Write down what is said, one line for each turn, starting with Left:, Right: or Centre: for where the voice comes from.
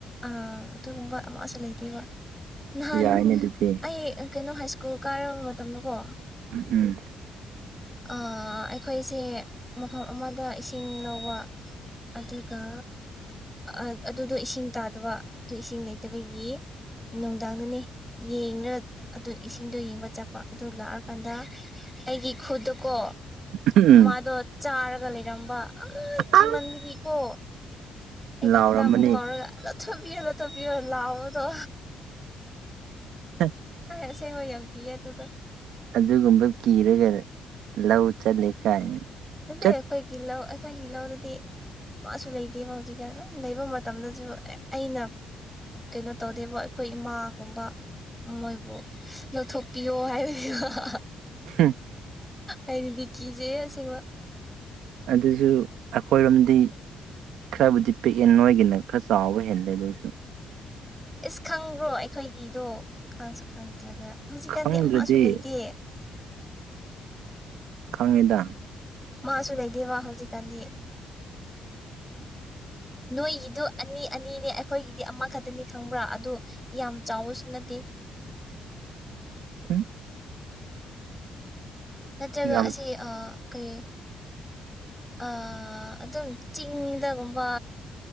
Centre: ꯑꯥ ꯑꯗꯨꯒꯨꯝꯕ ꯑꯃꯁꯨ ꯂꯩꯇꯦꯕ ꯅꯍꯥꯟ
Right: ꯌꯥꯏꯅꯦ ꯑꯗꯨꯗꯤ
Centre: ꯑꯩ ꯀꯩꯅꯣ ꯍꯥꯏ ꯁ꯭ꯀꯨꯜ ꯀꯥꯔꯕ ꯃꯇꯝꯗꯀꯣ
Right: ꯎꯝ ꯎꯝ
Centre: ꯑꯥ ꯑꯩꯈꯣꯏꯁꯦ ꯃꯐꯝ ꯑꯃꯗ ꯏꯁꯤꯡ ꯂꯧꯕ ꯑꯗꯨꯒ ꯑ ꯑꯗꯨꯗꯣ ꯏꯁꯤꯡ ꯇꯥꯗꯕ ꯑꯗꯨ ꯏꯁꯤꯡ ꯂꯩꯇꯕꯒꯤ ꯅꯨꯡꯗꯥꯡꯗꯅꯦ ꯌꯦꯡꯔ ꯑꯗꯨ ꯏꯁꯤꯡꯗꯣ ꯌꯦꯡꯕ ꯆꯠꯄ ꯑꯗꯨ ꯂꯥꯛꯑꯀꯥꯟꯗ ꯑꯩꯒꯤ ꯈꯨꯠꯇꯣꯀꯣ
Right: ꯎꯝ
Centre: ꯃꯥꯗꯣ ꯆꯥꯔꯒ ꯂꯩꯔꯝꯕ ꯑꯩ ꯀꯤꯃꯟ
Right: ꯎꯝ
Centre: ꯒꯤꯀꯣ ꯑꯩꯒꯤ
Right: ꯂꯥꯎꯔꯝꯃꯅꯤ
Centre: ꯗꯗꯥꯕꯨ ꯀꯧꯔꯒ ꯑꯂ ꯊꯨꯞꯌꯦꯜꯂꯣ ꯊꯨꯞꯌꯦꯜꯂꯣ ꯂꯥꯎꯔ ꯗꯣ
Right: ꯍ
Centre: ꯑꯩ ꯑꯁꯦꯡꯕ ꯌꯥꯝ ꯀꯤꯌꯦ ꯑꯗꯨꯗꯣ
Right: ꯑꯗꯨꯒꯨꯝꯕ ꯀꯤꯔꯒ ꯂꯧ ꯆꯠꯂꯦ ꯀꯥꯏꯅ
Centre: ꯅꯠꯗꯦ
Right: ꯆꯠ
Centre: ꯑꯩꯈꯣꯏꯒꯤ ꯂꯧ ꯑꯩꯈꯣꯏꯒꯤ ꯂꯧꯗꯗꯤ ꯑꯃꯥꯁꯨ ꯂꯩꯇꯦꯕ ꯍꯧꯖꯤꯛꯀꯥꯟ ꯑꯍ ꯂꯩꯕ ꯃꯇꯝꯗꯁꯨ ꯑꯩꯅ ꯀꯩꯅꯣ ꯇꯧꯗꯦꯕ ꯑꯩꯈꯣꯏ ꯏꯃꯥꯒꯨꯝꯕ ꯎꯝ ꯃꯣꯏꯕꯨ ꯂꯧꯊꯣꯛꯄꯤꯌꯣ ꯍꯥꯏꯕꯅꯦꯕꯥꯥ
Right: ꯍꯨꯝ
Centre: ꯑꯩꯗꯤ ꯀꯤꯖꯤꯌꯦ ꯑꯁꯦꯡꯕ
Right: ꯑꯗꯨꯁꯨ ꯑꯈꯣꯏꯔꯣꯝꯗꯤ ꯈꯔꯕꯨꯗꯤ ꯄꯤꯛꯑꯦ ꯅꯣꯏꯒꯤꯅ ꯈꯔ ꯆꯥꯎꯕ ꯍꯦꯜꯂꯦ ꯑꯗꯨꯁꯨ
Centre: ꯏꯁ ꯈꯪꯕ꯭ꯔꯣ ꯑꯩꯈꯣꯏꯒꯤꯗꯣ ꯈꯪꯁꯨ ꯈꯪꯗ꯭ꯔꯒ ꯍꯧꯖꯤꯛꯀꯥꯟꯗꯤ
Right: ꯈꯪꯗ꯭ꯔꯗꯤ
Centre: ꯑꯃꯥꯁꯨ ꯂꯩꯇꯦ
Right: ꯈꯪꯉꯤꯗꯥ
Centre: ꯃꯥꯁꯨ ꯂꯩꯗꯦꯕ ꯍꯧꯖꯤꯛꯀꯥꯟꯗꯤ ꯅꯣꯏꯒꯤꯗꯨ ꯑꯅꯤ ꯑꯅꯤꯅꯦ ꯑꯩꯈꯣꯏꯒꯤꯗꯤ ꯑꯃꯈꯛꯇꯅꯤ ꯈꯪꯕ꯭ꯔꯥ ꯑꯗꯨ ꯌꯥꯝ ꯆꯥꯎꯕꯁꯨ ꯅꯠꯇꯦ
Right: ꯎꯝ
Centre: ꯅꯠꯇ꯭ꯔꯒ
Right: ꯌꯥꯝ
Centre: ꯑꯁꯤ ꯑꯥ ꯀꯩ ꯑꯥ ꯑꯗꯨꯝ ꯆꯤꯡꯗꯒꯨꯝꯕ